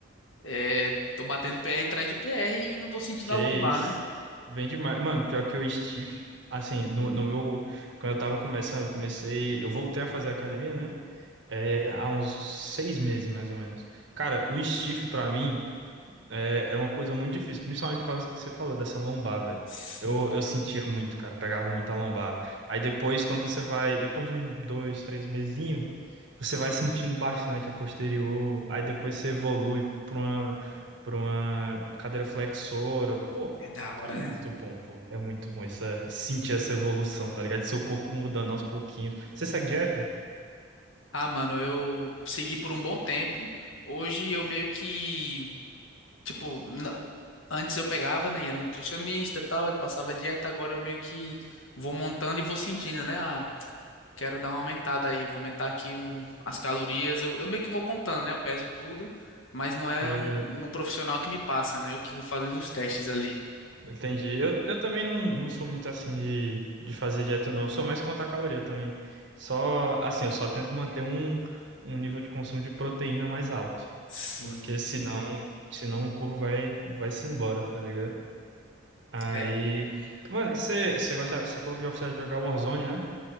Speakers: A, on the left; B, on the right.
A: é, tô batendo PR atrás de PR e não tô sentindo
B: Que
A: a lombar,
B: isso.
A: né?
B: Bem demais. Mano, pior que o Steve, assim, no, no meu. Quando eu tava começando, eu comecei. Eu voltei a fazer academia, né? É, há uns seis meses, mais ou menos. Cara, o Steve, pra mim. É, era uma coisa muito difícil, principalmente por causa do que você falou, dessa lombar, velho.
A: Sim,
B: Eu, eu sentia
A: mano.
B: muito, cara, pegava muito a lombar. Aí depois, quando você vai, depois de um, dois, três mesinho, você vai sentindo bastante a posterior. Aí depois você evolui pra uma, pra uma cadeira flexora. Pô,
A: É da hora,
B: é muito
A: né?
B: bom, pô. É muito bom essa, sentir essa evolução, tá ligado? Seu corpo mudando aos pouquinhos. Você segue dieta?
A: Ah, mano, eu segui por um bom tempo. Hoje eu meio que, tipo, na- antes eu pegava, né? Ia no nutricionista e tal, ele passava dieta, agora eu meio que vou montando e vou sentindo, né? Quero dar uma aumentada aí, vou aumentar aqui um- as calorias. Eu, eu meio que vou contando, né? Eu peso tudo, mas não é
B: Tô ligado.
A: um, um profissional que me passa, né? Eu que vou fazendo os testes ali.
B: Entendi. Eu, eu também não, não sou muito assim de, de fazer dieta, não. Eu sou mais contar caloria também. Só, assim, eu só tento manter um, um nível de consumo de proteína mais alto.
A: Sim,
B: Porque senão, senão o corpo vai, vai se embora, tá ligado? Aí.
A: é.
B: Mano, você gostava, você falou que gostava de jogar Warzone, né?